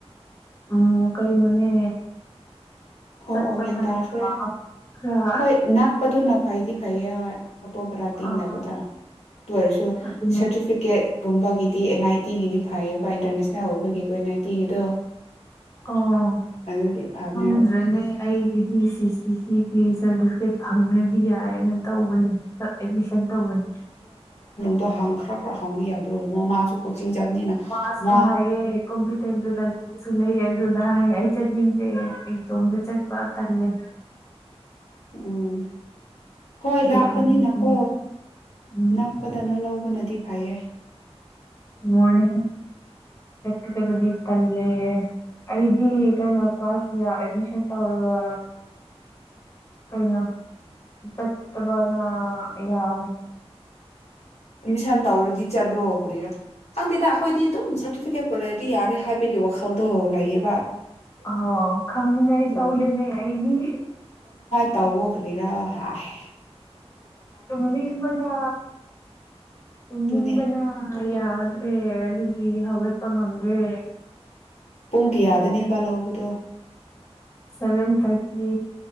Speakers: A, on the left; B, on the left.
A: ꯎꯝ ꯀꯩꯅꯣꯅꯦ
B: ꯑꯣ
A: ꯆꯠꯄ
B: ꯑꯣ ꯒꯌꯥꯟ
A: ꯇꯟꯕ
B: ꯇꯥꯈ꯭ꯔꯦ
A: ꯈꯔ
B: ꯍꯣꯏ ꯅꯛꯄꯗꯨꯅ ꯐꯩꯗꯤ ꯐꯩꯌꯦ ꯍꯣꯏ ꯑꯣꯇꯣꯕꯔꯥ ꯇꯤꯡꯗꯅꯕꯗ
A: ꯑꯥ
B: ꯑꯗꯨ ꯑꯣꯏꯔꯁꯨ
A: ꯑꯗꯨꯅꯦ
B: ꯁꯥꯔꯇꯤꯐꯤꯀꯦꯠ ꯒꯨꯝꯕꯒꯤꯗꯤ ꯑꯦꯟ ꯑꯥꯏ ꯇꯤꯒꯤꯅꯤ ꯐꯩꯌꯦꯕ ꯏꯟꯇꯔꯅꯦꯁꯅꯦꯜ ꯑꯣꯏꯕꯒꯤꯀꯣ ꯑꯦꯟ ꯑꯥꯏ ꯇꯤꯒꯤꯗꯣ
A: ꯑꯣ
B: ꯑꯗꯨꯒꯤ ꯐꯕꯅꯦ
A: ꯈꯪꯗ꯭ꯔꯦꯅꯦ ꯑꯩꯒꯤꯗꯤ ꯁꯤ ꯁꯤ ꯁꯤꯒꯤ ꯁꯥꯔꯇꯤꯐꯤꯀꯦꯠ ꯐꯪꯉꯦ ꯗꯤ ꯌꯥꯏꯅ ꯇꯧꯕꯅꯤ ꯑꯦꯗꯃꯤꯁꯟ ꯇꯧꯕꯅꯤ
B: ꯑꯣ ꯍ ꯍꯪꯈꯔ ꯈꯔ ꯍꯥꯎꯉꯤ ꯌꯥꯗ꯭ꯔꯣ ꯃꯥꯁꯨ ꯀꯣꯆꯤꯡ ꯆꯠꯕꯅꯤꯅ
A: ꯃꯥꯁ
B: ꯃꯥ
A: ꯍꯦ ꯀꯣꯝꯄꯤ ꯇꯗꯁꯨ ꯂꯩ ꯑꯗꯨꯗ ꯆꯠ ꯅꯤꯡꯇꯦ ꯑꯩ ꯇꯣꯝꯕ꯭ꯔ ꯆꯠ ꯄ ꯇꯔꯂꯦ
B: ꯎꯝ ꯍꯣꯏ
A: ꯑꯗꯨꯒꯤꯅꯤꯅꯦ
B: ꯂꯥꯞꯄꯅꯤꯅꯀꯣ
A: ꯎꯝ
B: ꯅꯛꯄꯗꯅ ꯂꯧꯕꯅꯗꯤ ꯐꯌꯦ
A: ꯃꯣꯔꯅꯤꯡ ꯆꯠꯀꯗꯕꯗꯤ ꯄꯜꯂꯦ ꯑꯩꯗꯤ ꯀꯩꯅꯣ ꯀ꯭ꯂꯥꯁꯁꯤ ꯑꯦꯗꯃꯤꯁꯟ ꯇꯧꯔꯒ ꯀꯩꯅꯣ ꯆꯠꯇꯕꯅ ꯌꯥꯝꯃꯦ
B: ꯑꯦꯃꯤꯁꯟ ꯇꯧꯔꯗꯤ ꯆꯠꯂꯣꯈ꯭ꯔꯦꯔꯥ ꯈꯪꯗꯦꯗ ꯑꯩꯈꯣꯏꯗꯤ ꯑꯗꯨꯝ ꯁꯥꯔꯇꯤꯐꯤꯀꯦꯠ ꯄꯨꯜ ꯂꯩꯔꯗꯤ ꯌꯥꯔꯦ ꯍꯥꯏꯕꯒꯤ ꯋꯥꯈꯜꯗꯣ ꯂꯩꯌꯦꯕ
A: ꯑꯣ ꯈꯪꯅꯤꯡꯉꯥꯏ
B: ꯑꯗꯨꯒꯤ
A: ꯇꯧꯗꯦꯅꯦ ꯑꯩꯗꯤ
B: ꯇꯋ ꯀꯔ ꯍꯥꯏꯦ
A: ꯇꯝꯕꯅ ꯇꯝꯕꯅ
B: ꯑꯗꯨꯅꯦ
A: ꯑ ꯑꯗꯨ꯭ꯔꯦ ꯑꯗꯨ ꯍꯒꯄ ꯅꯟ꯭ꯔꯦ
B: ꯄꯨꯡ ꯀꯌꯥꯗꯅꯦꯕꯕꯥ ꯂꯕꯗꯣ
A: ꯁꯚꯦꯟ ꯊꯔꯇꯤ